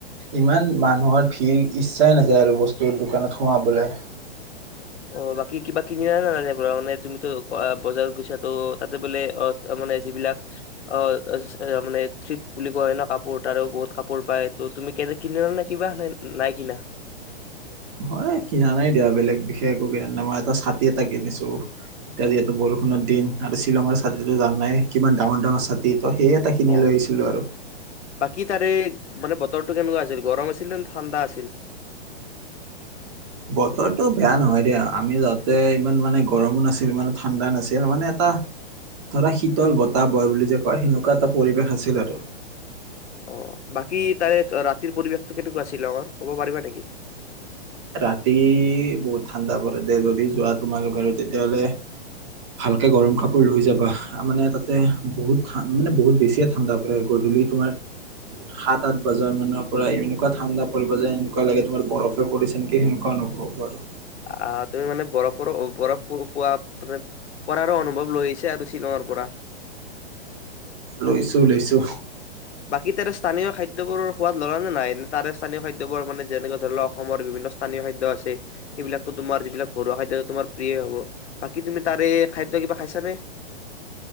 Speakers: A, on the right (about 25°); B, on the left (about 85°).
A: ইমান মানুহৰ ভিৰ ইচ্ছাই নাযায় আৰু বস্তুৰ দোকানত। সোমাবলৈ?
B: অ বাকী কিবা কিনি আনা নে নানা ত পৰা মানে তুমিতো বজাৰত গৈছা তো তাতে বোলে মানে যিবিলাক অ মানে থিপ বুলি কোৱা হয় ন কাপোৰ তাৰো বহুত কাপোৰ পায় ত তুমি কেনে কিনি নে কিবা নাই কিনা?
A: হয় কিনা নাই দিয়া বেলেগ বিশেষ একো কিনে মই এটা ছাতি এটা কিনিছো এতিয়া যিহেতু বৰষুণৰ দিন আৰু শ্বিলঙৰ ছাতিতো জান নাই কিমান ডাঙৰ ডাঙৰ ছাতিত। তো সেই এটা খিনি
B: অ
A: লৈ আহিছিলো আৰু।
B: বাকী তাৰে মানে বতৰটো কেনেকুৱা আছিল গৰম আছিল নে ঠাণ্ডা আছিল?
A: বতৰটো বেয়া নহয় দিয়া আমি যাওঁতে ইমান মানে গৰমো নাছিল ইমানে ঠাণ্ডা নাছিল মানে এটা ধৰা শীতল বতাহ বয়ে বুলি যে কয় সেনেকুৱা এটা পৰিৱেশ আছিল আৰু।
B: অ বাকী তাৰে ৰাতিৰ পৰিৱেশতটো কেনেকুৱা আছিল শ্বিলঙৰ ক'ব পাৰিবা নেকি?
A: ৰাতি বহুত ঠাণ্ডা পৰে দে যদি যোৱা তোমালোক আৰু তেতিয়াাহলে ভালকে গৰম কাপোৰ লৈ যাবা মানে তাতে বহুত মানে বহুত বেছিয়ে ঠাণ্ডা পৰে গধূলি তোমাৰ সাত আঠ বজাৰ মানৰ পৰা এনেকুৱা ঠাণ্ডা পৰিব যে এনেকুৱা লাগে তোমাৰ বৰফে পৰিছে? হেনেকুৱা অনুভৱ কৰ।
B: আহ তুমি মানে বৰফৰো বৰফ পোৱা মানে পৰাৰো অনুভৱ লৈ আহছে আৰু শ্বিলঙৰ পৰা।
A: লৈছো লৈছো?
B: বাকী তাৰে স্থানীয় খাদ্যবোৰ সোৱাদ ল'লা নে নাই তাৰে স্থানীয় খাদ্যবোৰ মানে যেনেকে ধৰি ল অসমৰ বিভিন্ন স্থানীয় খাদ্য আছে সেইবিলাকো তোমাৰ যিবিলাক ঘৰুৱা খাদ্য তোমাৰ প্ৰিয়ে হব বাকী তুমি তাৰে খাদ্য কিবা খাইছানে?